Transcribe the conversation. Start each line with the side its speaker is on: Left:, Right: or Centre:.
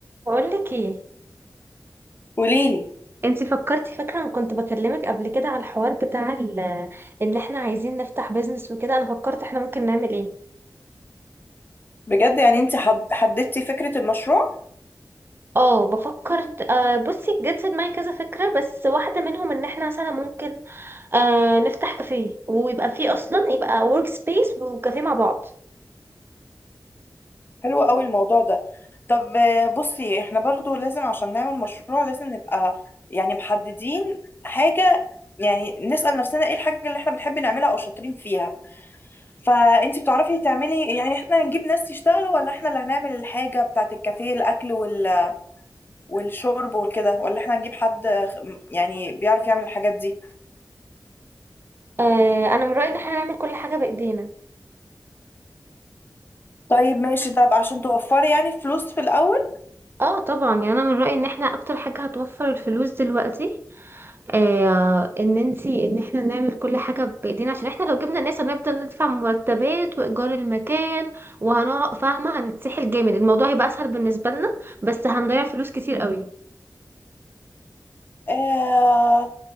Right: بقول لك ايه
Left: قوليلي
Right: انتي فكرتي فاكره انا كنت بكلمك قبل كده على الحوار بتاع ال- ان احنا عايزين نفتح بيزنس وكده انا فكرت احنا ممكن نعمل ايه
Left: بجد يعني انت حد... حددتي فكرة المشروع
Right: اه بفكر آه بصي جت في دماغي كذا فكره بس واحده منهم ان احنا مثلا ممكن آه نفتح كافيه ويبقى فيه اصلا يبقى ورك سبيس وكافيه مع بعض
Left: حلو قوي الموضوع ده طب آه، بصي احنا برضو لازم عشان نعمل مشروع لازم نبقى يعني محددين حاجة يعني نسأل نفسنا ايه الحاجة اللي احنا بنحب نعملها او شاطرين فيها فانت بتعرفي تعملي يعني احنا هنجيب ناس يشتغلوا ولا احنا اللي هنعمل الحاجة بتاعت الكافيه الاكل وال... والشرب وكده ولا احنا هنجيب حد خ- يعني بيعرف يعمل الحاجات دي
Right: آه انا من رايي ان احنا نعمل كل حاجه بايدينا
Left: طيب ماشي ده بقى عشان توفري يعني فلوس في الاول
Right: اه طبعا يعني انا من رايي ان احنا اكتر حاجه هتوفر الفلوس دلوقتي آه ان انتي ان احنا نعمل كل حاجة بايدينا عشان احنا لو جبنا ناس هنفضل ندفع مرتبات وايجار المكان وهنقعد فاهمة هنتسحل جامد الموضوع هيبقى اسهل بالنسبة لنا بس هنضيع فلوس كتير قوي
Left: آه...